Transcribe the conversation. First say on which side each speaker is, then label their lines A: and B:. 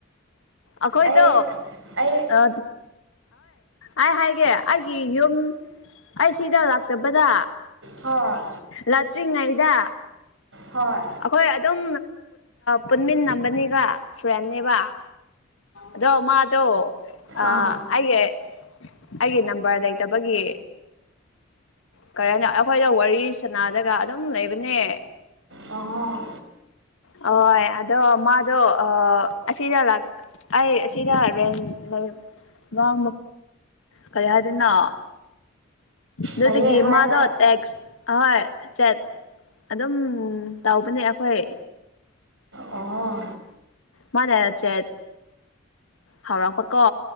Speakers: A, on the left; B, on the right.
A: ꯑꯩꯈꯣꯏꯗꯣ
B: ꯑꯩ ꯑꯩ
A: ꯑ ꯑꯩ ꯍꯥꯏꯒꯦ ꯑꯩꯒꯤ ꯌꯨꯝ ꯑꯩ ꯁꯤꯗ ꯂꯥꯛꯇꯕꯗ
B: ꯍꯣꯏ
A: ꯂꯥꯇ꯭ꯔꯤꯉꯩꯗ
B: ꯍꯣꯏ
A: ꯑꯩꯈꯣꯏ ꯑꯗꯨꯝ ꯄꯨꯟꯃꯤꯟꯅꯝꯕꯅꯤꯒ ꯐ꯭ꯔꯦꯟꯦꯕ ꯑꯗꯣ ꯃꯥꯗꯣ ꯑ
B: ꯑꯥ
A: ꯍꯥꯏꯦ ꯑꯩꯒꯤ ꯅꯝꯕꯔ ꯂꯩꯇꯕꯒꯤ ꯀꯔ ꯑꯩꯈꯣꯏꯗ ꯋꯥꯔꯤ ꯁꯅꯥꯗꯒ ꯑꯗꯨꯝ ꯂꯩꯕꯅꯦ
B: ꯑꯣ
A: ꯍ ꯑꯗꯣ ꯃꯥꯗꯣ ꯑꯁꯤꯗ ꯂ ꯑꯩ ꯑꯁꯤꯗ ꯔꯦꯟ ꯂꯩ ꯃꯥ ꯀꯔꯤ ꯍꯥꯏꯗꯣꯏꯅꯣ ꯅꯇꯒꯤꯦ
B: ꯂꯩꯌꯦ ꯍꯥꯏꯕ
A: ꯃꯥꯗ ꯑꯦꯁ ꯍꯣꯏ ꯆꯠ ꯑꯗꯨꯝ ꯇꯧꯕꯅꯦ ꯑꯩꯈꯣꯏ
B: ꯑꯣ
A: ꯃꯥꯅꯦꯔ ꯆꯦꯠ ꯍꯧꯥꯎꯔꯛꯄ ꯀꯣ